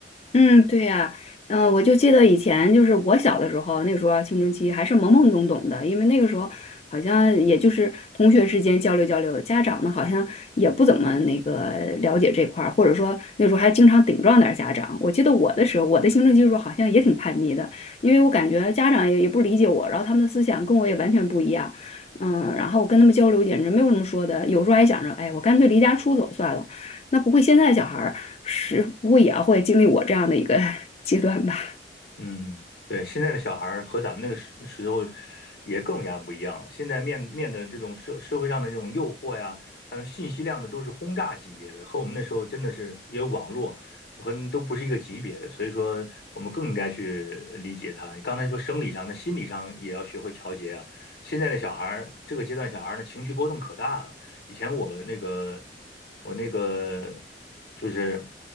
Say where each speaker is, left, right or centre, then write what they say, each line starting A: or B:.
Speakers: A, on the left; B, on the left.
A: 嗯，对呀，嗯、我就记得以前就是我小的时候，那个时候啊青春期还是懵懵懂懂的，因为那个时候好像也就是同学之间交流交流，家长呢好像也不怎么那个了解这块儿，或者说那时候还经常顶撞点儿家长。我记得我的时候，我的青春期的时候好像也挺叛逆的，因为我感觉家长也也不理解我，然后他们的思想跟我也完全不一样，嗯，然后我跟他们交流简直没有什么说的，有时候还想着，哎，我干脆离家出走算了。那不会现在小孩儿是不会也要会经历我这样的一个 <laughs> 阶段吧？
B: 嗯，对，现在的小孩儿和咱们那个时时候也更加不一样了。现在面面的这种社社会上的这种诱惑呀，还有信息量的都是轰炸级别的，和我们那时候真的是也有网络和都不是一个级别的。所以说，我们更应该去理解他。刚才说生理上，那心理上也要学会调节啊。现在的小孩儿，这个阶段小孩儿的情绪波动可大了。以前我那个我那个。就是